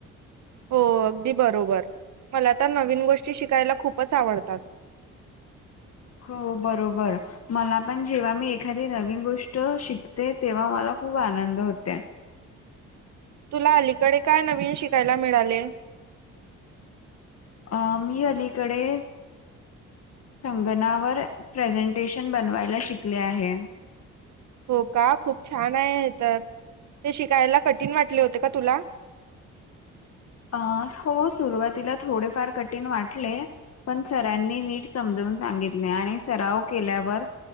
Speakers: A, on the right; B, on the left.
A: हो. अगदी बरोबर मला तर नवीन गोष्टी शिकायला खूपच आवडतात.
B: हो. बरोबर. मला पण जेव्हा मी एखादी नवीन गोष्ट शिकते. तेव्हा मला खूप आनंद होते.
A: तुला अलीकडे काय नवीन शिकायला मिळाले?
B: अ मी अलीकडे संगनावर प्रेझेंटेशन बनवायला शिकले आहे.
A: हो का. खूप छान आहे हे तर, ते शिकायला कठीण वाटले होते का तुला?
B: अ हो सुरुवातीला थोडेफार कठीण वाटले. पण सरांनी नीट समजवून सांगितले आणि सराव केल्यावर